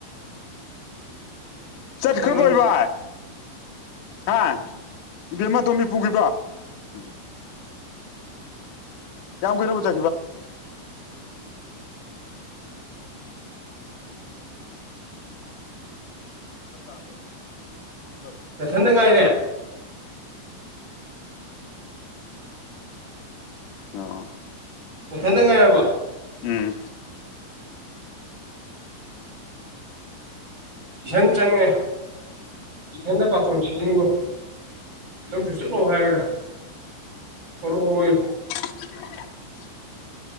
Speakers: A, on the left; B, on the right.
A: ꯆꯠ
B: ꯑꯩ
A: ꯈꯔꯕ
B: ꯉꯔꯥꯡ
A: ꯑꯣꯏꯕ ꯍꯥ ꯏꯕꯦꯝꯃ ꯇꯣꯝꯕꯤ ꯄꯨꯈꯤꯕ ꯎ ꯀꯝ ꯀꯔꯔꯕ ꯆꯥ ꯀꯈꯤꯕ <unintelligible>
B: ꯅꯊꯟꯗ ꯉꯥꯏꯔꯦ
A: ꯑ
B: ꯃꯊꯟꯗ ꯉꯥꯏꯔꯕ
A: ꯎꯝ
B: ꯀꯁꯟ ꯆꯪꯉꯦ ꯏ ꯍꯦꯟꯅ ꯄꯥꯈꯣꯟ ꯁꯤꯖꯤꯤꯡꯕꯣ ꯁꯤꯗꯁꯨ ꯆꯠꯂꯣ ꯍꯥꯏꯔꯒ ꯆꯂꯨ ꯍꯣꯏ
A: <unintelligible>